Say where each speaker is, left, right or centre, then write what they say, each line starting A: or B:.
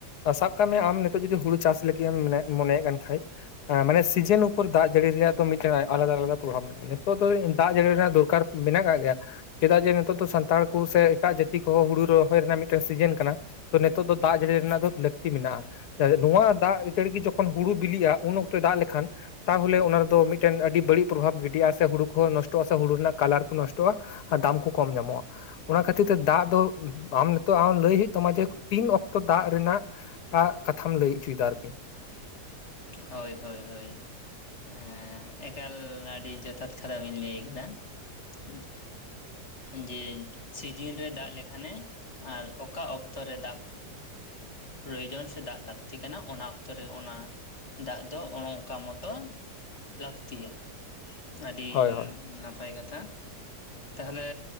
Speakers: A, on the left (about 70°); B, on the left (about 45°).
A: ᱥᱟᱵ ᱠᱟᱜ ᱢᱮ ᱟᱢ ᱱᱤᱛᱚᱜ ᱡᱚᱫᱤ ᱦᱩᱲᱩ ᱪᱟᱥ ᱞᱟᱹᱜᱤᱫ ᱮᱢ ᱢᱮᱱᱮ-ᱢᱚᱱᱮᱭᱮᱜ ᱠᱟᱱ ᱠᱷᱟᱡ ᱮ ᱢᱟᱱ ᱥᱤᱡᱤᱱ ᱩᱯᱚᱨ ᱫᱟᱜ ᱡᱟᱹᱲᱤ ᱨᱮᱭᱟᱜ ᱫᱚ ᱢᱤᱫᱴᱮᱱ ᱟ-ᱟᱞᱟᱫᱟ-ᱟᱞᱟᱫᱟ ᱯᱨᱚᱵᱷᱟᱵᱽ ᱢᱮᱱᱟᱜ ᱾ ᱱᱤᱛᱚᱜ ᱫᱚ ᱫᱟᱜ ᱡᱟᱹᱲᱤ ᱨᱮᱱᱟᱜ ᱫᱚᱨᱠᱟᱨ ᱢᱮᱱᱟᱜ ᱠᱟᱜ ᱜᱮᱭᱟ ᱪᱮᱫᱟᱜ ᱡᱮ ᱱᱤᱛᱚᱜ ᱫᱚ ᱥᱟᱱᱛᱟᱲ ᱠᱩ ᱥᱮ ᱮᱴᱟᱜ ᱡᱟᱹ ᱛᱤ ᱠᱚ ᱦᱩᱲᱩ ᱨᱚᱦᱚᱭ ᱨᱮᱱᱟᱜ ᱢᱤᱫᱴᱟᱝ ᱥᱤᱡᱮᱱ ᱠᱟᱱᱟ, ᱛᱚ ᱱᱤᱛᱚᱜ ᱫᱚ ᱫᱟᱜ ᱡᱟᱹᱲᱤ ᱨᱮᱱᱟᱜ ᱫᱚ ᱞᱟᱹᱠᱛᱤ ᱢᱮᱱᱟᱜᱼᱟ ᱾ ᱱᱚᱣᱟ ᱫᱟᱜ ᱡᱟᱹᱲᱤ ᱡᱚᱠᱷᱚᱱ ᱦᱩᱲᱩ ᱵᱤᱞᱤᱜᱼᱟ ᱩᱱ ᱚᱠᱛᱚᱭ ᱫᱟᱜ ᱞᱮᱠᱷᱟᱱ ᱛᱟᱦᱚᱞᱮ ᱚᱱᱟ ᱨᱮᱫᱚ ᱢᱤᱫᱴᱮᱱ ᱟᱹᱰᱤ ᱵᱟᱹᱲᱤᱡ ᱯᱨᱚᱵᱷᱟᱵᱽ ᱜᱤᱰᱤᱜᱼᱟ ᱥᱮ ᱦᱩᱲᱩ ᱠᱚᱦᱚᱸ ᱱᱚᱥᱴᱚᱜᱼᱟ ᱥᱮ ᱦᱩᱲᱩ ᱨᱮᱱᱟᱜ ᱠᱟᱞᱟᱨ ᱠᱚ ᱱᱚᱥᱴᱚᱜᱼᱟ ᱾ ᱟ ᱫᱟᱢ ᱠᱚ ᱠᱚᱢ ᱧᱟᱢᱚᱜᱼᱟ, ᱚᱱᱟ ᱠᱷᱟᱹᱛᱤᱨ ᱛᱮ ᱫᱟᱜ ᱛᱳ ᱩᱦᱩ ᱟᱢ ᱱᱤᱛᱚᱜ ᱟᱢ ᱞᱟᱹᱭ ᱦᱩᱭᱩᱜ ᱛᱟᱢᱟ ᱡᱮ ᱛᱤᱱ ᱚᱠᱛᱚ ᱫᱟᱜ ᱨᱮᱱᱟᱜ ᱟᱜ ᱠᱟᱛᱷᱟᱢ ᱞᱟᱹᱭ ᱚᱪᱩᱭ ᱫᱟ ᱟᱨᱠᱤ
B: ᱦᱳᱭ, ᱦᱳᱭ, ᱦᱳᱭ ᱾ ᱦᱮᱸ, ᱮᱠᱟᱞ ᱟᱹᱰᱤ ᱡᱚᱛᱷᱟᱛ ᱠᱟᱛᱷᱟ ᱵᱤᱱ ᱞᱟᱹᱭ ᱠᱮᱫᱟ ᱾ ᱡᱮ ᱥᱤᱡᱤᱱ ᱨᱮ ᱫᱟᱜ ᱞᱮᱠᱷᱟᱱᱮ ᱟᱨ ᱚᱠᱟ ᱚᱠᱛᱚ ᱨᱮ ᱫᱟᱜ ᱯᱨᱳᱭᱳᱡᱚᱱ ᱥᱮ ᱫᱟᱜ ᱞᱟᱹᱠᱛᱤ ᱠᱟᱱᱟ ᱚᱱᱟ ᱚᱠᱛᱚ ᱨᱮ ᱚᱱᱟ ᱫᱟᱜ ᱫᱚ ᱚᱱᱠᱟ ᱢᱚᱛᱚ ᱞᱟᱠᱛᱤᱭᱟ ᱟᱰᱤ
A: ᱦᱳᱭ ᱦᱳᱭ
B: ᱱᱟ-ᱱᱟᱯᱟᱭ ᱠᱟᱛᱷᱟ ᱾ ᱛᱟᱦᱟᱞᱮ